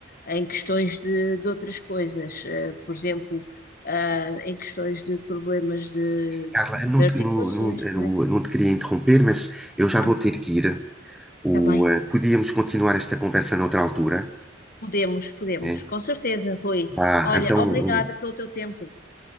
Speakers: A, on the left; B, in the centre.
A: Em questões de, de outras coisas, eh, por exemplo, ah, em questões de problemas de,
B: Carla,
A: de
B: eu não
A: articulações,
B: te, não, não,
A: não é?
B: eu não te queria interromper, mas eu já
A: Ah,
B: vou ter que ir. O,
A: também.
B: eh, podíamos continuar esta conversa noutra altura.
A: Podemos, podemos,
B: É?
A: com certeza, Rui.
B: Vá,
A: Olha,
B: então,
A: obrigada
B: um-
A: pelo teu tempo.